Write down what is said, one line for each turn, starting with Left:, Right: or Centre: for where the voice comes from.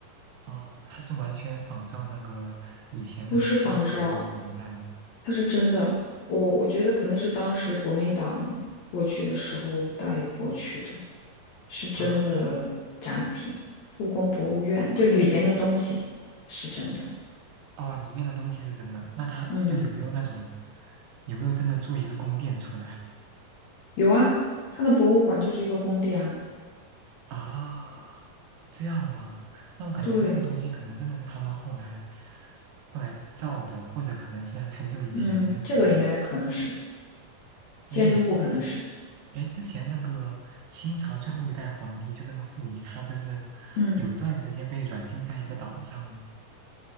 Right: 哦它是完全仿照那个以前那个清朝的那个年代吗？
Left: 不是仿照，它是真的。我我觉得可能是当时国民党过去的时候带过去的，是真的展品。
Right: 啊，它
Left: 故宫博物院就是里边的东西是真的。
Right: 哦，里面的东西是真的，那它就有没有那种
Left: 嗯嗯，
Right: 有没有真的做一个宫殿出来？
Left: 有啊，它的博物馆就是一个宫殿啊。
Right: 啊，这样吗？那我感觉这个东西可能真的是他们后来
Left: 对，
Right: 后来造的，或者可能是很久以前，
Left: 嗯，
Right: 就是
Left: 这个应该可能是
Right: 哎你
Left: 建筑物，可能是。
Right: 哎之前那个清朝最后一代皇帝就那个溥仪，他不是有一段时间被软禁在一个岛上吗
Left: 嗯。